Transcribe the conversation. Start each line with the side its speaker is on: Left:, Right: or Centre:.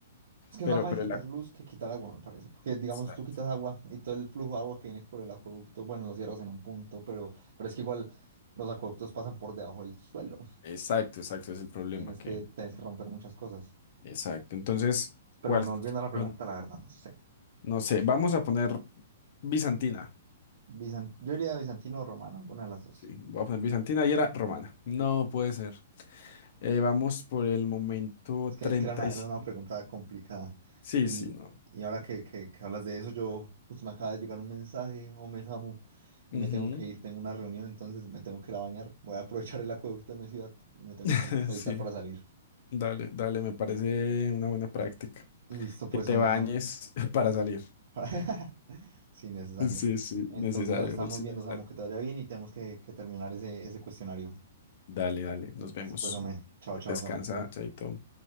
Right: Es que
Left: pero,
Right: es más fácil
Left: pero
Right: quitar
Left: la...
Right: luz que quitar agua, me parece, porque digamos
Left: Exacto.
Right: tú quitas agua y todo el flujo de agua que viene por el acueducto, bueno, lo cierras en un punto, pero, pero es que igual los acueductos pasan por debajo del suelo.
Left: Exacto, exacto, es el problema
Right: Tienes
Left: que...
Right: que, tienes que romper muchas cosas.
Left: Exacto, entonces,
Right: Pero
Left: ¿cuál?
Right: bueno, volviendo a la pregunta,
Left: Bueno,
Right: la verdad no sé.
Left: no sé, vamos a poner bizantina.
Right: Bizan- yo diría bizantino o romano, alguna de las dos.
Left: Sí, voy a poner bizantina y era romana. No puede ser. Eh, vamos por el momento
Right: Es que,
Left: treinta
Right: es que era una,
Left: y
Right: era
Left: cinco
Right: una pregunta complicada.
Left: Sí,
Right: Y,
Left: sí, no.
Right: y ahora que, que, que hablas de eso, yo justo me acaba de llegar un mensaje o me Samu, y
Left: Ujú.
Right: me tengo que ir, tengo una reunión, entonces me tengo que ir a bañar. Voy a aprovechar el acueducto de mi ciudad y me tengo
Left: <laughs>
Right: que al- alistar
Left: Sí,
Right: para salir.
Left: dale, dale, me parece una buena práctica.
Right: Listo, pues,
Left: Que te
Right: Ome
Left: bañes
Right: Samu.
Left: <laughs> para salir.
Right: <laughs> Sí, necesario.
Left: Sí, sí,
Right: Entonces
Left: necesario,
Right: nos estamos
Left: José,
Right: viendo,
Left: necesario.
Right: Samu, que te vaya bien y tenemos que, que terminar ese, ese cuestionario.
Left: Dale, dale, nos vemos.
Right: Listo, pues, Ome. Chao, chao,
Left: Descansa,
Right: Samu.
Left: chaito.